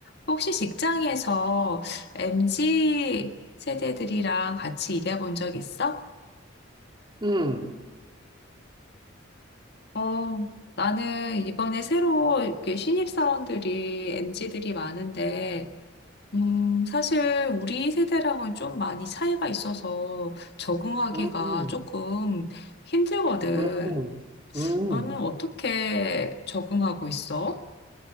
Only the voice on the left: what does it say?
혹시 직장에서 MZ 세대들이랑 같이 일해본 적 있어?
어, 나는 이번에 새로 이렇게 신입사원들이 MZ들이 많은데, 음, 사실 우리 세대랑은 좀 많이 차이가 있어서 적응하기가
조금 힘들거든.
너는 어떻게 적응하고 있어?